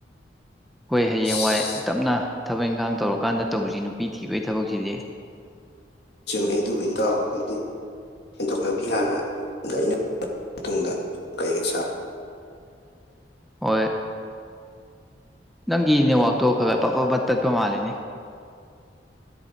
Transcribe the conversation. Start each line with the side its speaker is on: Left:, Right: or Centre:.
Centre: ꯑꯩꯈꯣꯏ ꯍꯌꯦꯡꯋꯥꯏ
Left: ꯑꯁ
Centre: ꯇꯞꯅ ꯊꯕꯛ ꯏꯪꯈꯥꯡ ꯇꯧꯔꯀꯥꯟꯗ ꯇꯧꯁꯤ ꯅꯨꯄꯤ ꯊꯤꯕꯒꯤ ꯊꯕꯛꯁꯤꯗꯤ
Left: ꯃꯗꯨꯕꯜꯗꯥ ꯍꯥꯏꯗꯤ ꯁꯦꯟꯊꯣꯛ ꯂꯝꯕꯤ ꯍꯥꯟꯅ ꯑꯗ ꯑꯩꯅ ꯃꯇꯨꯡꯗ ꯌ ꯀꯩ ꯁꯥ
Centre: ꯍꯣꯏ ꯅꯪꯒꯤ ꯅꯦꯠꯋꯥꯛꯇꯣ ꯈꯔ ꯈꯔ ꯄꯞ ꯄꯕ ꯇꯠꯄ ꯃꯥꯜꯂꯤꯅꯤ